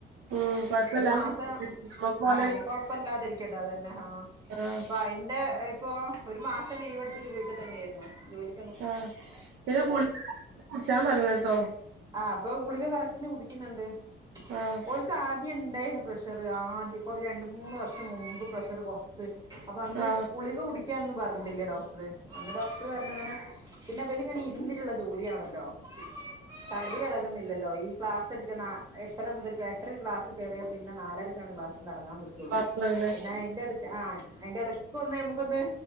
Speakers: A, on the right; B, on the right.
A: ഉം കൊഴപ്പല്ല
B: ഒരു
A: നമ്മക്ക്
B: മാസം
A: പോലെ
B: ആ ഇനി കൊഴപ്പില്ലാതിരിക്കട്ടെ അതന്നെ ആ
A: ആഹ്
B: പ്പയ്ന്റെ ഇപ്പൊ ഒരു മാസം ലീവെട്ത്തിട്ട് വീട്ട് തന്നേര്ന്നു ജോലി
A: ആ പിന്നെ ഗുളി കുട്ച്ചാൻ പറണം ട്ടോ
B: ആ പ്പൊ ഗുളിക കറക്റ്റ്ന് കുടിക്ക്ന്ന്ണ്ട്
A: ആഹ്
B: ഓൽക്കാദ്യം ണ്ടയ്ന്ന് പ്രഷറ് ആദ്യം കൊറേ രണ്ട് മൂന്ന് വർഷം മുമ്പ് പ്രഷറ് കൊർച്ച് അപ്പ അന്ന്
A: ആഹ്
B: ഗളിക കുടിക്കാനൊന്നു പർഞ്ഞിട്ടില്ല ഡോക്ടർ അന്ന് ഡോക്ടർ പറഞ്ങ്ങനെ പിന്നെ വല് ങ്ങനെ ഇര്ന്നിട്ട്ള്ള ജോലിയാണല്ലോ തടി എളക്ന്നില്ലല്ലോ ഈ ക്ളാസ് ട്ക്ക എട്ടര മുതൽ എട്ടര ക്ളാസ് കേര്യ പിന്നെ നാലര ക്കാണ് ക്ളാസ്ന്നെറങ്ങാം പറ്റൊള്ളൂ
A: ആഹ്
B: പിന്നെ അയ്ന്റെട് ആ അയ്ന്റെ ടയ്ക്കൊന്ന് ഞമ്മക്കൊന്ന്